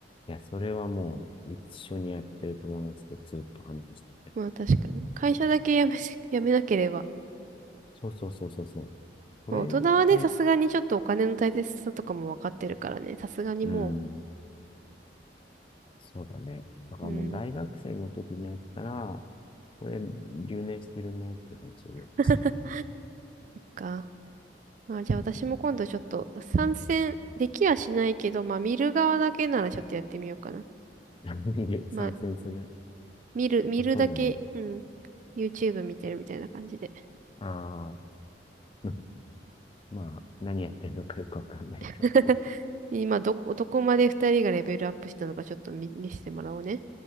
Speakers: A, on the left (about 30°); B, on the right (about 45°).
A: いや、それはもう、一緒にやってる友達とずっと話してる。
B: まあ、確かに。会社だけ辞めし辞めなければ。
A: そうそうそうそうそう。これで、
B: まあ、大人はね、さすがにちょっとお金の大切さとかもわかってるからね、さすがにも
A: うん、そうだね。だからもう大学生の時にやったら、
B: う、うん、
A: これ留年してるねっていう話をよくしてる。
B: <laughs> か。まあ、じゃあ私も今度ちょっと参戦できはしないけど、
A: うん。
B: まあ、見る側だけならちょっとやってみようかな。
A: <laughs> 賛成する。
B: まあ、見る、見るだけ、
A: あ、そうだね。
B: うん、YouTube 見てるみたいな感じで。
A: ああ、<laughs> まあ、何やってるのかよくわかんないと思う。
B: <laughs> 今、どこ、どこまで二人がレベルアップしたのかちょっと見、見せてもらおうね。